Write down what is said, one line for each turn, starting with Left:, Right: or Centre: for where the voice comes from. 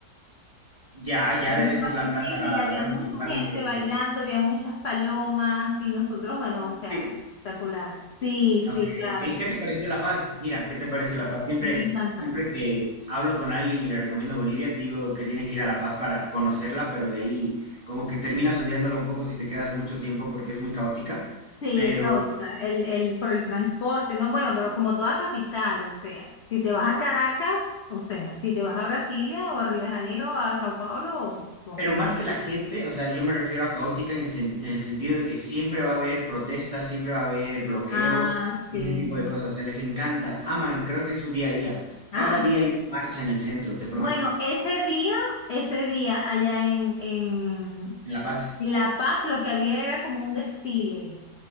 Right: Ya, ya
Left: una
Right: debe ser
Left: plaza
Right: la
Left: inmensa
Right: plaza,
Left: y había
Right: la plaza
Left: mucha
Right: principal,
Left: gente
Right: no me acuerdo que
Left: bailando,
Right: se llama.
Left: había muchas palomas y nosotros, bueno, o sea,
Right: Sí.
Left: espectacular. Sí,
Right: Ok,
Left: sí, claro,
Right: ok. ¿Qué te pareció La Paz? Mira, ¿qué te pareció La Paz? Siempre,
Left: me encanta.
Right: siempre que hablo con alguien y le recomiendo Bolivia, digo que tienen que ir a La Paz para conocerla, pero de ahí como que terminas odiándola un poco si te quedas mucho tiempo porque es muy caótica.
Left: Sí,
Right: Pero
Left: es caótica, el, el, por el transporte, ¿no? Bueno, pero como toda capital, o sea, si te vas a Caracas, o sea, si te vas a Brasilia o a Río de Janeiro, a Sao Paulo, o...
Right: Pero más que la gente, o sea, yo me refiero a caótica en el, sen- en el sentido de que siempre va a haber protestas, siempre va a haber bloqueos,
Left: Ah,
Right: ese
Left: sí.
Right: tipo de cosas. O sea, les encanta, aman, creo que es su día a día. Cada
Left: Ah,
Right: día hay una marcha en el centro, te prometo,
Left: bueno, ese día, ese día allá en, en
Right: en La Paz.
Left: en La Paz, lo que había era como un desfile,